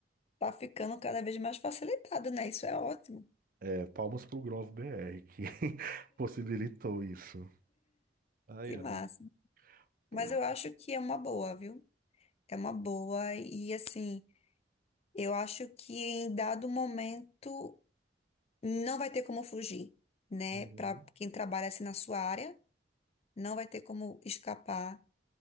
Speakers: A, on the left; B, on the right.
A: tá ficando cada vez mais facilitado, né? Isso é ótimo.
B: É, palmas pro Grove BR que <laughs> possibilitou isso. Ai,
A: Que
B: ai.
A: massa.
B: Pois.
A: Mas eu acho que é uma boa, viu? É uma boa. E, assim, eu acho que em dado momento não vai ter como fugir, né?
B: Uhum,
A: Para quem trabalha assim na sua área, não vai ter como escapar